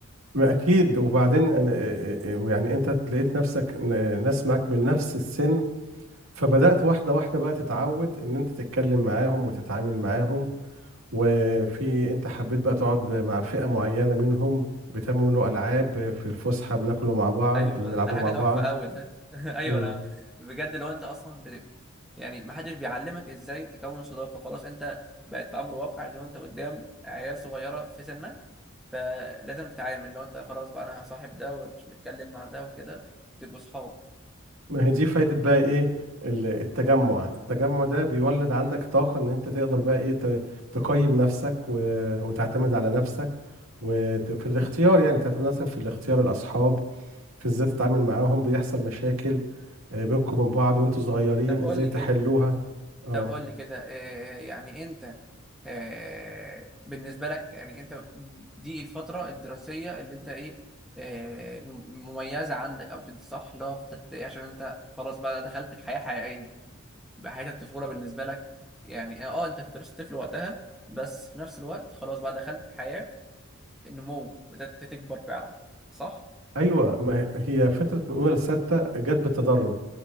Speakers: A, on the right; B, in the centre.
A: ما اكيد وبعدين أنا- يعني انت لقيت نفسك ن- ناس معاك من نفس السن فبدأت واحدة واحدة بقى تتعود ان انت تتكلم معاهم وتتعامل معاهم وفي انت حبيت بقى تقعد مع فئة معينة منهم بتعملوا العاب في الفسحة بناكلوا مع بعض
B: ايوه
A: بنلعبوا
B: ده حاجه
A: مع
B: تحفه
A: بعض
B: قوي ده <laughs> ايوه
A: إمم.
B: انا بجد لو انت اصلا ب... يعني ما حدش بيعلمك ازاي تكون صداقه خلاص انت بقت في امر واقع ان انت قدام عيال صغيره في سنك فلازم تتعامل لو انت خلاص بقى انا هصاحب ده ونتكلم مع ده وكده وتبقوا صحاب
A: ما هي دي فايدة بقى ايه ال- التجمع التجمع ده بيولد عندك طاقة ان انت تقدر بقى ايه ت- تقيم نفسك و... وتعتمد على نفسك وفي الاختيار يعني تعتمد على نفسك في الاختيار الأصحاب في ازاي تتعامل معاهم بيحصل مشاكل آه، بينكم وبين بعض وانتوا صغيرين
B: طب
A: ازاي
B: قول لي
A: تحلوها
B: كده
A: اه
B: طب قول لي كده آه، يعني انت آه، بالنسبه لك يعني انت دي الفتره الدراسيه اللي انت ايه آه، م- مميزه عندك او كده صح اللي هو فتره ابتدائي عشان انت خلاص بقى دخلت الحياه حقيقيه بقى حياه الطفوله بالنسبه لك يعني اه آه، انت كنت لسه طفل وقتها بس في نفس الوقت خلاص بقى دخلت حياه النمو بدات تكبر فعلا صح
A: ايوه ما هي هي فتره من اولى لسته جت بالتدرج